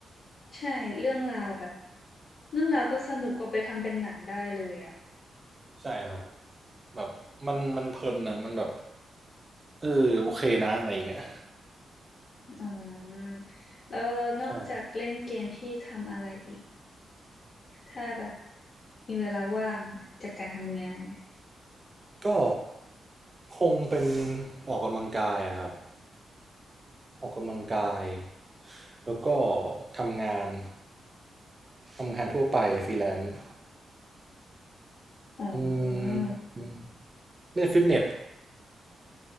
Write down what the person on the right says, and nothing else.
ใช่ครับแบบมันมันเพลินนะมันแบบเออโอเคนะอะไรอย่างเงี้ย
ใช่
ก็คงเป็นออกกำลังกายอะครับออกกำลังกายแล้วก็ทำงานทำงานทั่วไปฟรีแลนซ์
อืมเล่นฟิตเนส